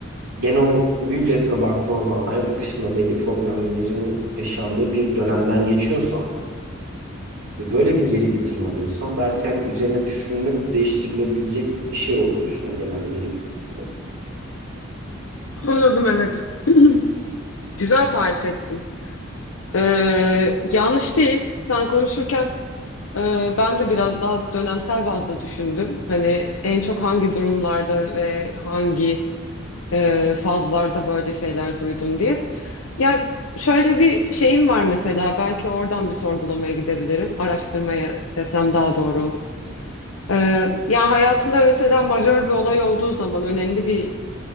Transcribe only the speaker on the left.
Anladım evet. <clears throat> Güzel tarif ettin. Ee, yanlış değil. Sen konuşurken e, ben de biraz daha dönemsel bazda düşündüm. Hani en çok hangi durumlarda ve hangi e, fazlarda böyle şeyler duydum diye. Ya şöyle bir şeyim var mesela belki oradan bir sorgulamaya gidebilirim. Araştırmaya desem daha doğru olur. Ee, yani hayatında mesela majör bir olay olduğu zaman, önemli bir